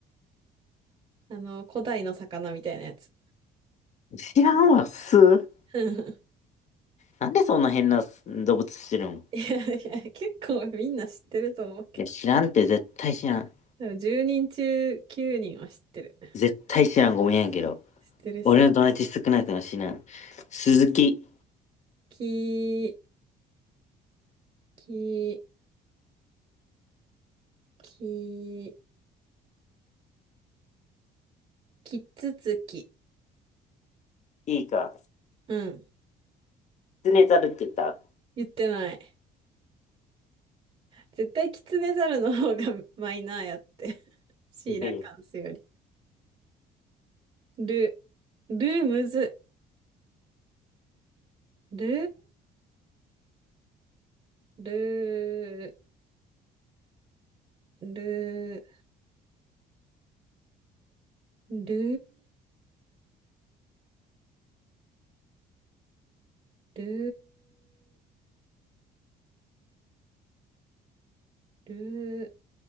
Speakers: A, on the right (about 35°); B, on the left (about 45°).
A: あの、古代の魚みたいなやつ。
B: 知らんわ、す。
A: <laughs>
B: なんでそんな変な動物してるん
A: いやいや、結構みんな知ってると思うけど。
B: いや、知らんって、絶対知らん。
A: でも10人中9人は知ってる。
B: 絶対知らん、ごめんやけど。
A: 知ってるし。
B: 俺の友達少なくても知らん。鈴木。
A: き、き、き、きつつき。
B: いいか。
A: うん。
B: キツネザルって言った。
A: 言ってない。絶対キツネザルの方がマイナーやって。<laughs> シーラカンスより。
B: うん
A: ル、ルむず。ル、ル、ル、ル、ル、ル、